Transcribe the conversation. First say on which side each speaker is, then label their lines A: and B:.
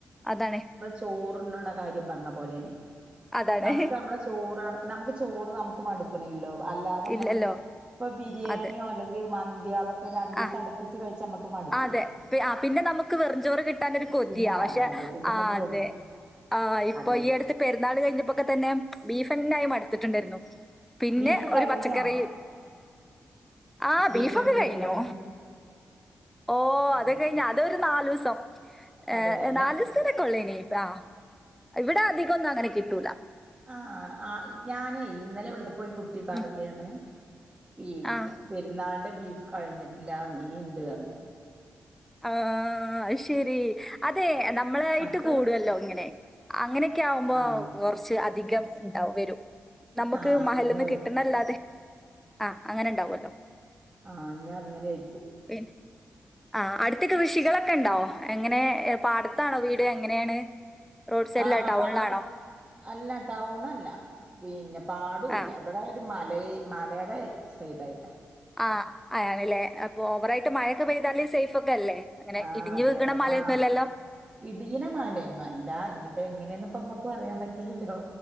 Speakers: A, in the centre; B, on the right.
A: അതാണ്
B: ചോറുണ്ണ്ണ കാര്യം പറഞ്ഞ പോലെന്ന്
A: അതാണ്
B: നമുക്ക് നമ്മളെ ചോറാണ് നമുക്ക് ചോറ് നമുക്ക് മടുക്ക്ണല്ലോ അല്ലാതെ നമ്മള്
A: ഇല്ലല്ലോ
B: ഇപ്പൊ ബിരിയാണിയോ
A: അതെ
B: അല്ലെങ്കിൽ മന്ത്യോ അതൊക്കെ രണ്ടു ദിവസം
A: ആഹ്
B: അടുപ്പിച്ച് കഴിച്ച് നമ്മുക്ക് മടു
A: അതെ പെ ആ പിന്നെ നമുക്ക് വെറുചോറ് കിട്ടാനൊരു കൊതിയാ
B: പിന്നെ
A: പക്ഷെ
B: അതെ അതെ പിന്നെ നമ്മക്ക്
A: ആ അതെ
B: വെറു
A: ആഹ് ഇപ്പൊ
B: അതെ
A: ഈ അടുത്ത് പെരുന്നാൾ കഴിഞ്ഞപ്പോക്കെ തന്നെ ബീഫന്നായി മടുത്തിട്ടുണ്ടായിരുന്നു പിന്നെ
B: ബീഫ്
A: ഒരു
B: കഴിഞ്ഞോ
A: പച്ചക്കറി ആഹ ബീഫൊക്കെ
B: വിനിയോഗി പെരുന്നാളിന്റെ
A: കഴിഞ്ഞു ഓ അത
B: ആഹ്
A: കഴിഞ്ഞ അതൊരു നാലുസം ഏ
B: അതല്ലേ ഞ
A: നാലുസത്തിണെക്കെള്ളേനി പ്പ ആഹ ഇവിടെ അധികംഒന്നും അങ്ങനെ കിട്ടൂല
B: ആഹ ആ ഞാനേ ഇന്നലെ വിളിച്ചപ്പോ ഒരു കുട്ടി പറയാണ്
A: ഉം
B: പിന്നെ
A: ആഹ്
B: പെരുന്നാളന്റെ ബീഫ് കഴിഞ്ഞിട്ടില്ല ഇനി ഇണ്ട്ന്ന് പറഞ്ഞു
A: ആഹ ശെരി അതെ നമ്മളായിട്ട്
B: അപ്പഴ്
A: കൂടുല്ലോ ഇങ്ങനെ അങ്ങനെയൊക്കെ ആകുമ്പോ
B: ആഹ്
A: കുറച്ച് അധികം ഉണ്ടാവ വരും നമുക്ക്
B: ആഹ്
A: മഹൽ
B: അങ്ങനെയാവും
A: നിന്ന് കിട്ടണല്ലാതെ ആഹ അങ്ങനെണ്ടാവല്ലോ
B: ആഹ ഞാൻ അങ്ങനെയായിയിരിക്കും
A: പിന്നെ ആ അടുത്തൊക്കെ കൃഷികളൊക്കെ ഉണ്ടാവോ എങ്ങനെ പാടത്താണോ വീട് എങ്ങനെയാണ് റോഡ് സൈഡിലാ
B: ആഹ്
A: ടൗണിലാണോ?
B: പാട അല്ല ടൗൺല്ല പിന്നെ പാടില്ല
A: ആഹ്
B: ഇവിടെ മല മലയുടെ സൈഡ ആയിട്ടാ
A: ആ അയാണല്ലേ അപ്പൊ ഓവറായിട്ട് മഴയൊക്കെ പെയ്താല സേഫ് ഒക്കെ അല്ലേ അങ്ങനെ
B: ആഹ
A: ഇടിഞ്ഞ്
B: അതെ
A: വീകണ
B: അതെ
A: മലയൊന്നുമല്ലല്ലോ?
B: ആഹ ഇടന മലയന്നുംല്ല ഇ അപ്പൊ എങ്ങനെയൊന്നുംപ്പമ്മക്ക് പറയാൻ പറ്റില്ലല്ലോ